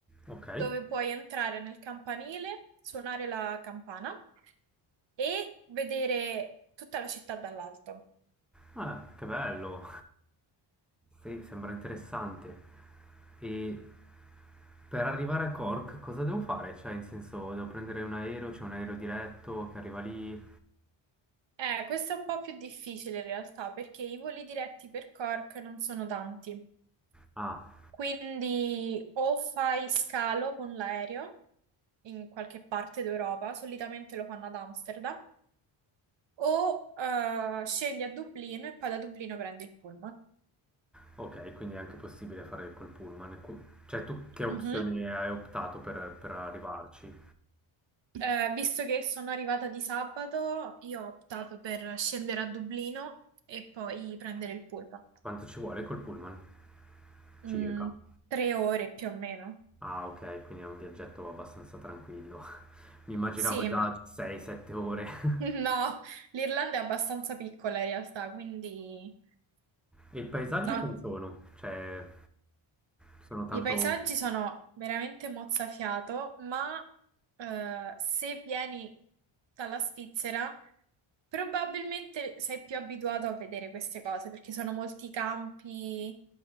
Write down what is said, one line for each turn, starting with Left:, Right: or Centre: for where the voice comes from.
Centre: Ok,
Right: dove puoi entrare nel campanile, suonare la campana e vedere tutta la città dall'alto.
Centre: ah, che bello, sì, sembra interessante. E per arrivare a Cork cosa devo fare? Cioè, in senso, devo prendere un aereo, c'è un aereo diretto che arriva lì?
Right: Eh, questo è un po' più difficile in realtà perché i voli diretti per Cork non sono tanti.
Centre: Ah,
Right: Quindi o fai scalo con l'aereo in qualche parte d'Europa, solitamente lo fanno ad Amsterdam, o eh, scendi a Dublino e poi da Dublino prendi il pullman.
Centre: ok, quindi è anche possibile fare col pullman. Cu- Cioè, tu che opzione
Right: Mhm.
Centre: hai optato per, per arrivarci?
Right: Eh, visto che sono arrivata di sabato, io ho optato per scendere a Dublino e poi prendere il pullman.
Centre: Quanto ci vuole col pullman?
Right: Mm,
Centre: Circa.
Right: tre ore più o meno.
Centre: Ah, ok, quindi è un viaggetto abbastanza tranquillo. <laughs> Mi immaginavo
Right: Sì,
Centre: già
Right: ma
Centre: 6-7 ore. <laughs>
Right: <laughs> No, l'Irlanda è abbastanza piccola in realtà, quindi
Centre: E i paesaggi
Right: no,
Centre: come sono? Cioè, sono tanto...
Right: i paesaggi sono veramente mozzafiato, ma eh, se vieni dalla Svizzera, probabilmente sei più abituato a vedere queste cose, perché sono molti campi,